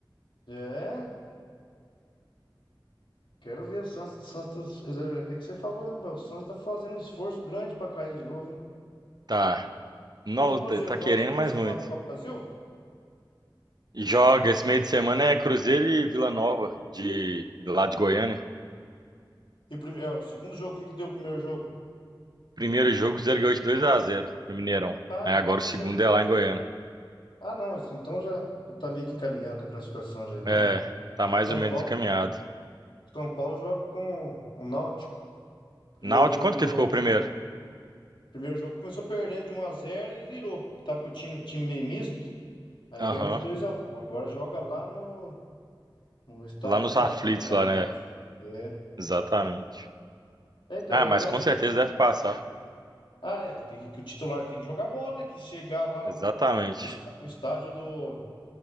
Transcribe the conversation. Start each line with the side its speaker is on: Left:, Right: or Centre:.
Left: É, quero ver o Santos, o Santos, é bem que você falou mesmo, velho. O Santos tá fazendo um esforço grande pra cair de novo, hein?
Right: Tá. Não,
Left: E o Cruzeiro
Right: tá tá
Left: joga
Right: querendo
Left: esse meio
Right: mais
Left: de semana
Right: muito.
Left: na Copa do Brasil?
Right: E joga esse meio de semana é Cruzeiro e Vila Nova, de, lá de Goiânia.
Left: E o, primeiro, é, o segundo jogo, o que que deu o primeiro jogo?
Right: Primeiro jogo, o Cruzeiro ganhou de 2x0 no Mineirão.
Left: Ah,
Right: Aí
Left: então
Right: agora
Left: o Cruzeiro
Right: o segundo é lá em Goiânia.
Left: Ah, não, mas então já, já tá meio que encaminhada a classificação já, então.
Right: É, tá mais
Left: São
Right: ou menos
Left: Paulo,
Right: encaminhado.
Left: São Paulo joga com o Náutico. Primeiro
Right: Náutico,
Left: jogo
Right: quanto
Left: no Morumbi.
Right: que ficou o primeiro?
Left: Primeiro jogo começou perdendo de um a zero e virou. Tava com o time, time meio misto, aí
Right: Aham.
Left: ganhou de dois a um Agora joga lá no, no Estádio
Right: Lá nos
Left: dos Aflitos,
Right: aflitos,
Left: lá
Right: lá,
Left: contra
Right: né?
Left: o Náutico. É.
Right: Exatamente.
Left: É, Então,
Right: Ah,
Left: eu
Right: mas
Left: até
Right: com
Left: achei.
Right: certeza deve passar.
Left: Ah, é, tem que, que o titular tem que jogar bola, né? Que chegar lá,
Right: Exatamente.
Left: o está- o estádio do,